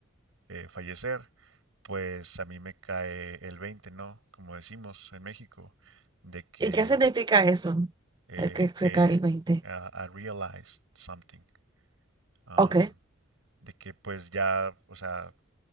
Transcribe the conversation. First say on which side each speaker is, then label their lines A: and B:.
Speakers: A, on the right; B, on the right.
A: eh, fallecer, pues a mí me cae el 20, ¿no? Como decimos en México, de que,
B: ¿Y qué significa eso?
A: eh,
B: El que se
A: que
B: cae el 20.
A: ah, I realized something, um,
B: Ok.
A: de que pues ya, o sea,